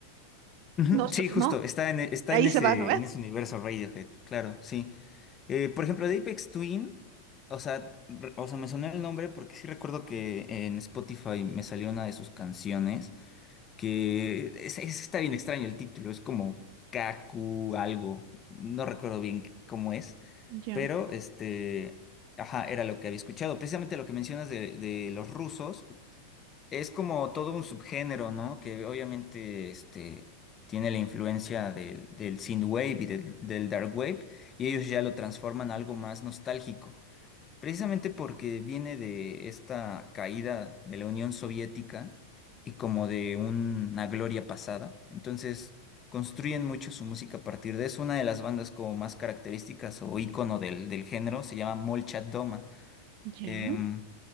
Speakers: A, on the left; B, on the right.
A: Ujú,
B: No, so-
A: Sí, justo,
B: no,
A: está en, e- está
B: ahí
A: en ese,
B: se va, ¿no ve?
A: en ese universo Radiohead, claro, sí. Eh, por ejemplo, de Apex Twin, o sea, re- o sea, me sonó el nombre porque sí recuerdo que en Spotify me salió una de sus canciones que es- es- está bien extraño el título, es como Kaku algo, no recuerdo bien cómo es,
B: Ya,
A: pero este, ajá, era lo que había escuchado. Precisamente lo que mencionas de, de los rusos. Es como todo un subgénero, ¿no? Que obviamente este, tiene la influencia del, del synthwave y del, del dark wave, y ellos ya lo transforman a algo más nostálgico. Precisamente porque viene de esta caída de la Unión Soviética y como de una gloria pasada. Entonces construyen mucho su música a partir de eso. Una de las bandas como más características o ícono del, del género se llama Molchat Doma.
B: ya,
A: Em,